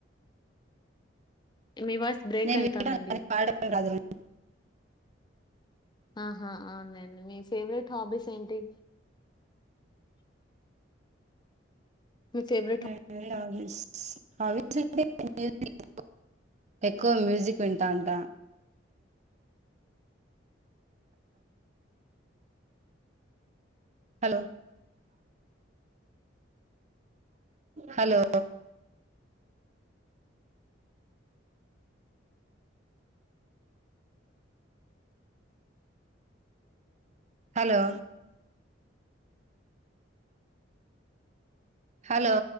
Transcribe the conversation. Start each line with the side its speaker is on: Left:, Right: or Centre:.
Left: మీవాస్ బ్రేక్
Right: నేను
Left: అయితానండి
Right: వినడం కానీ పాడడం రాదు
Left: ఆహా అవునండి మీ ఫేవరెట్ హాబీస్ ఏంటి మీ ఫేవరెట్
Right: అ హవిస్ హవి అ <unintelligible> ఎక్కువ మ్యూజిక్ వింటా అంట హలో హలో హలో హలో